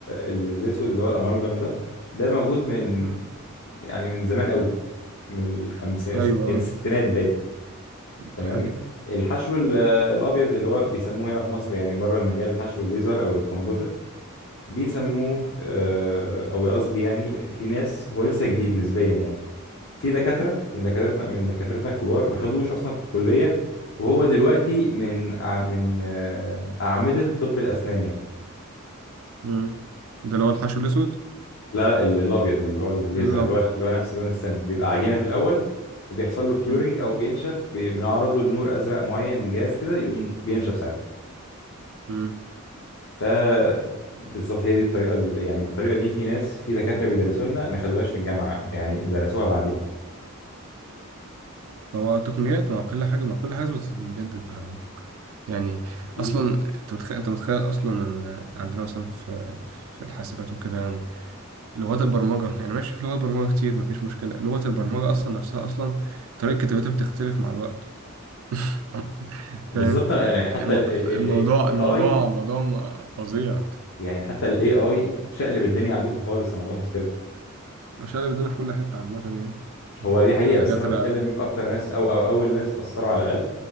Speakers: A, on the left; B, on the right.
A: ال- الاسود اللي هو الامالجم ده ده موجود من
B: أمم.
A: يعني من زمان قوي من الخمسينات
B: ايوه
A: الستين الستينات باين تمام
B: دي حقيقه
A: الحشو ال- الابيض اللي هو بيسموه هنا في مصر يعني بره المجال حشو الليزر او الكومبوزيت بيسموه آه، او قصدي يعني في ناس هو لسه جديد نسبيا يعني في دكاترة من دكاترتنا من دكاترتنا الكبار ما خدوش أصلا في الكلية وهو دلوقتي من أع- من آه، أعمدة طب الأسنان يعني
B: امم ده اللي هو الحشو الاسود
A: لا لا ال- الأبيض اللي هو اللي بالليزر
B: الابيض
A: اللي هو اللي هو نفس لون السن بيبقى عجينة في الأول وبيحصل له كيورنج
B: امم
A: أو بينشف بي- بنعرضه لنور أزرق معين بجهاز كده يقوم بينشف ساعتها
B: أمم.
A: ف بالظبط هي دي الطريقة ال- يعني الطريقة دي في ناس في دكاترة بيدرسوا لنا ما خدوهاش في الجامعة يعني درسوها بعدين
B: فهو التقنيات مع كل حاجه مع كل حاجه بتتجدد يعني
A: أكيد
B: اصلا انت متخيل انت متخيل اصلا ان عندنا مثلا في في الحاسبات وكده يعني لغات البرمجه يعني ماشي في لغات برمجه كتير مفيش مشكله لغه البرمجه اصلا نفسها اصلا طريقه كتابتها بتختلف مع الوقت <laughs>
A: بالظبط
B: فاهم
A: انا أنا حتى
B: المو-
A: الاي
B: الموضوع الموضوع
A: اي
B: موضوع م- فظيع
A: يعني حتى الاي اي شقلب الدنيا عندكم خالص انا ملاحظ كده
B: مش انا بدنا في كل حته عامه يعني
A: هو دي
B: دكاتره
A: حقيقه بس انا بتكلم اكتر ناس او, أو اول ناس اتاثروا على الاقل